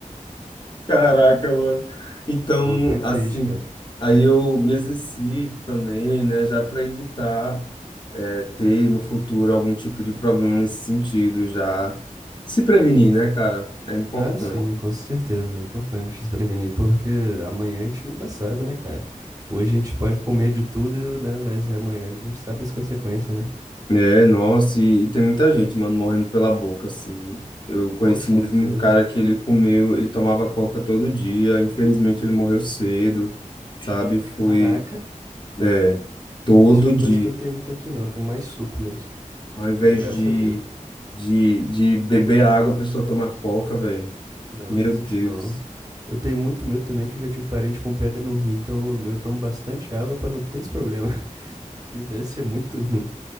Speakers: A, on the left; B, on the right.
A: Caraca, mano. Então,
B: Pô, foi triste,
A: assim,
B: cara.
A: aí eu me exercito também, né, já para evitar é, ter no futuro algum tipo de problema nesse sentido, já se prevenir, né, cara? É importante.
B: Ah, sim, com certeza. É importante se prevenir, porque amanhã a gente nunca sabe, né, cara? Hoje a gente pode comer de tudo, né? Mas amanhã a gente sabe as consequências, né?
A: É, nossa, e, e tem muita gente, mano, morrendo pela boca, assim. Eu conheci
B: Com certeza.
A: mesmo um cara que ele comeu, ele tomava coca todo dia, infelizmente ele morreu cedo, sabe? Foi,
B: Caraca,
A: é, todo
B: isso é uma
A: dia.
B: coisa que eu não tenho muito aqui, não. Eu tomo mais suco mesmo,
A: Ao invés
B: né? Graças
A: de,
B: a Deus.
A: de, de beber água, a pessoa toma coca, velho.
B: Não,
A: Meu
B: não existe
A: Deus.
B: não. Eu tenho muito medo também que eu já tive parente com pedra no rim, então eu eu tomo bastante água pra não ter esse problema, <laughs> que deve ser muito ruim.